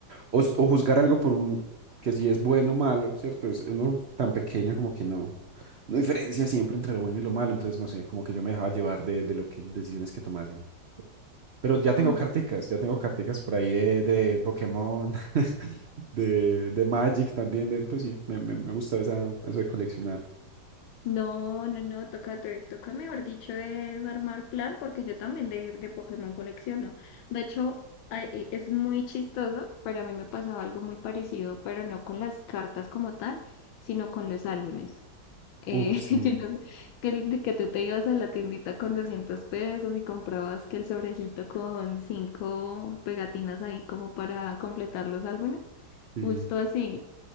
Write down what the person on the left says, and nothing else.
Ah.
No, no, no, toca, te- toca, mejor dicho, es armar plan porque yo también de, de Pokémon colecciono. De hecho, ay, eh, es muy chistoso, pero a mí me pasaba algo muy parecido, pero no con las cartas como tal, sino con los álbumes. Eh,
<laughs> yo no sé, <laughs> que, el- de que tú te ibas a la tiendita con 200 pesos y comprabas que el sobrecito con cinco pegatinas ahí como para completar los álbumes.
Justo así.